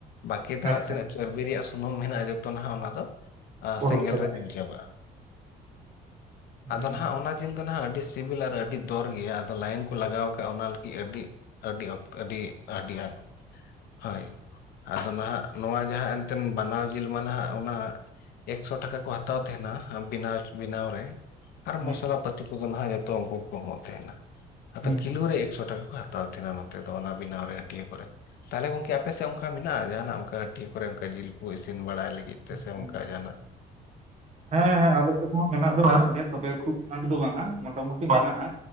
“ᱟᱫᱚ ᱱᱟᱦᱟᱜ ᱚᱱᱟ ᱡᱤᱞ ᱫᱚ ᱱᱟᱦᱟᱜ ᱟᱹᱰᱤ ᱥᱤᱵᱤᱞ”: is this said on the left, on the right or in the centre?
Left